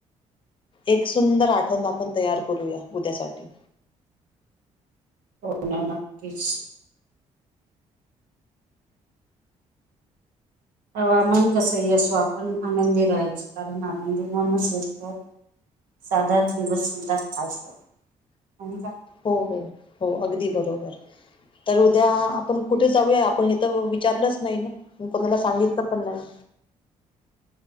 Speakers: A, on the left (about 40°); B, on the right (about 85°).
A: एक सुंदर आठवण आपण तयार करूया उद्यासाठी.
B: हो ना नक्कीच. हवामान कसंही असो आपण आनंदी राहायच कारण आनंदी माणूसच तर साधाच दिवस म्हणतात आज पण. आणि काय.
A: हो हो हो अगदी बरोबर. तर उद्या आपण कुठे जाऊया आपण हे तर विचारलंच नाही ना. म कोणाला सांगितल पण नाही.